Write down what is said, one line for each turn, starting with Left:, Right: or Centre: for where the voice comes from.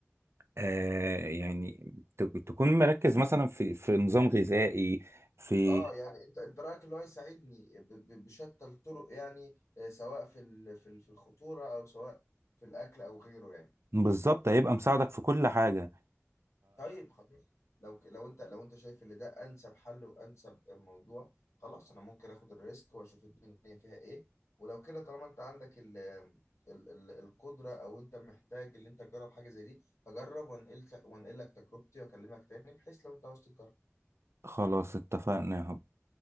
Right: آه يعني ت- تكون مركز مثلا في في نظام غذائي في
Left: اه يعني انت انت رايك اللي هو يساعدني ب- ب- بشتى الطرق يعني آه، سواء في ال- في ال- في الخطوره او سواء في الاكل او غيره يعني
Right: بالظبط هيبقى مساعدك في كل حاجة
Left: طيب خلاص لو ك- لو انت لو انت شايف ان ده انسب حل وانسب الموضوع خلاص انا ممكن اخد الريسك واشوف الدنيا فيها ايه ولو كده طالما انت عندك ال ال ال القدره او انت محتاج ان انت تجرب حاجه زي دي هجرب وانقل وانقل لك تجربتي واكلمك تاني بحيث لو انت عاوز تجرب
Right: فخلاص اتفقنا يا حب.